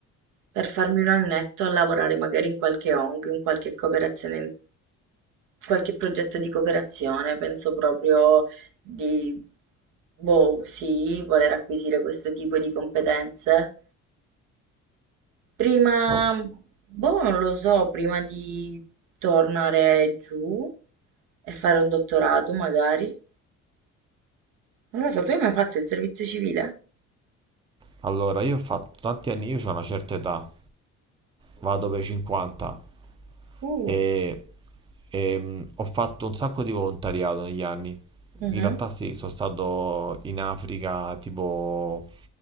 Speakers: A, on the right; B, on the right.
A: per farmi un annetto a lavorare magari in qualche ONG, in qualche cooperazione, qualche progetto di cooperazione. Penso proprio di, boh, sì, voler acquisire questo tipo di competenze Prima,
B: Oh,
A: boh, non lo so, prima di tornare giù e fare un dottorato magari. Non lo so, tu hai mai fatto il servizio civile?
B: allora, io ho fatto tanti anni, io ho una certa età, vado per i 50
A: Uh,
B: e, e, mm, ho fatto un sacco di volontariato negli anni.
A: mhm.
B: In realtà sì, sono stato in Africa tipo